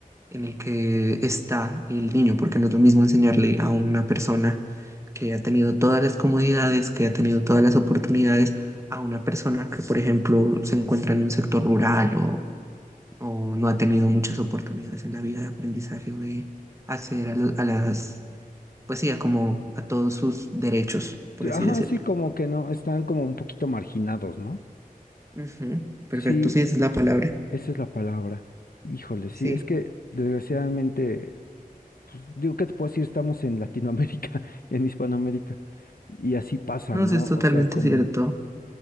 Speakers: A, on the right (about 20°); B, on the left (about 80°).
A: en el que está el niño, porque no es lo mismo enseñarle a una persona que ha tenido todas las comodidades, que ha tenido todas las oportunidades, a una persona que, por ejemplo, se encuentra en un sector rural o, o no ha tenido muchas oportunidades en la vida de aprendizaje o de acceder a, lo- a las, pues sí, a como a todos sus derechos, por
B: Sí,
A: así
B: Ajá,
A: decirlo.
B: sí, como que no, están como un poquito marginados, ¿no?
A: Ujú, perfecto,
B: Sí,
A: sí, esa es la palabra.
B: esa es la palabra. Híjole, sí,
A: Sí,
B: es que desgraciadamente, pues, digo, ¿qué te puedo decir? Estamos en Latinoamérica, <laughs> en Hispanoamérica, y así pasa,
A: no,
B: ¿no?
A: sí, es totalmente
B: O sea, como,
A: cierto.